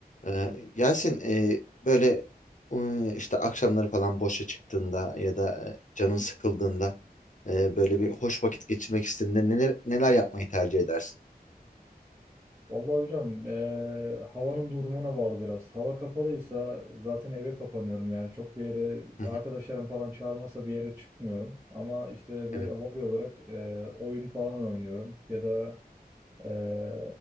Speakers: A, on the left; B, on the right.
A: Ee, Yasin e, böyle e, işte akşamları falan boşa çıktığında ya da e, canın sıkıldığında e, böyle bir hoş vakit geçirmek istediğinde neler neler yapmayı tercih edersin?
B: Vallahi hocam eee, havanın durumuna bağlı biraz. Hava kapalıysa zaten eve kapanıyorum yani. Çok bir yere
A: Hı
B: arkadaşlarım
A: hı,
B: falan çağırmasa bir yere çıkmıyorum. Ama işte böyle
A: Evet.
B: hobi olarak eee, oyun falan oynuyorum. Ya da eee